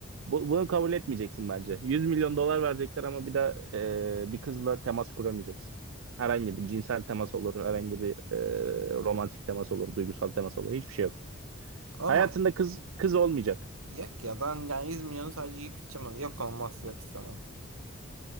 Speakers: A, on the right (about 65°); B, on the right (about 80°).
A: bu- bunu kabul etmeyeceksin bence. 100 milyon dolar verecekler ama bir daha e, bir kızla temas kuramayacaksın. Herhangi bir cinsel temas olur, herhangi bir e, romantik temas olur, duygusal temas olur. Hiçbir şey yok.
B: <laughs> Ama
A: Hayatında kız kız olmayacak.
B: yok ya ben yani 100 milyonu sadece yiyip içeceğim. Yok olmaz yok istemem.